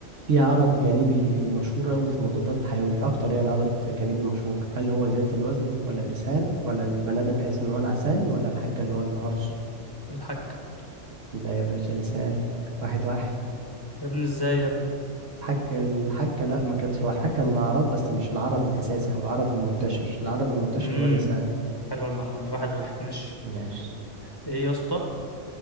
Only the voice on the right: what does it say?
في عرض جانبي مشهور قوي في المضادات الحيوية اكتر يعني عرض جانبي مشهور هل هو زيادة الوزن ولا الإسهال ولا البني آدم بيحس ان هو انا عسان ولا الحكة اللي هو الهرش
لا يا باشا الإسهال واحد واحد
الحكة الحكة لا ما كانتش هو الحكة من أعراض بس مش العرض الأساسي أو العرض المنتشر العرض المنتشر
هو الإسهال
ماشي